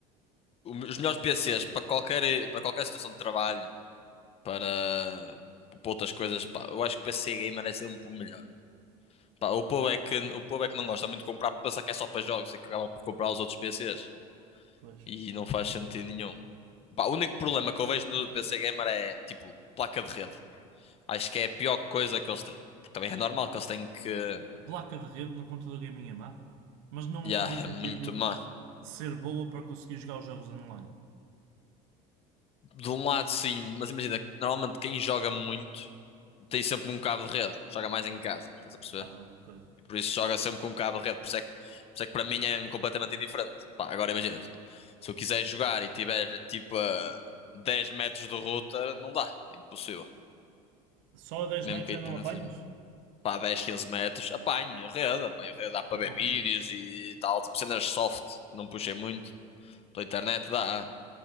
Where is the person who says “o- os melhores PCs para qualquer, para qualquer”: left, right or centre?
Left